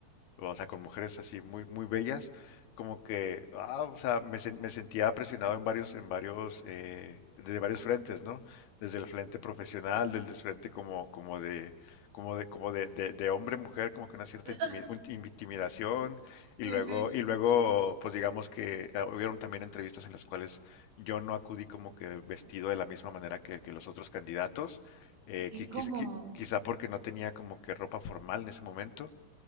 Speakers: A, on the left; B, on the right.
A: o sea, con mujeres así muy, muy bellas, como que, ah, o sea, me, sen- me sentía presionado en varios, en varios, eh, de varios frentes, ¿no? Desde el frente profesional, desde el frente como, como de, como de, como de, de, de hombre-mujer, como que una cierta
B: <laughs>
A: intimi- un- intimidación, y
B: Sí,
A: luego,
B: sí.
A: y luego, pues digamos que eh, hubieron también entrevistas en las cuales yo no acudí como que vestido de la misma manera que, que los otros candidatos, eh, qui-
B: Y como,
A: qui- qui- quizá porque no tenía como que ropa formal en ese momento,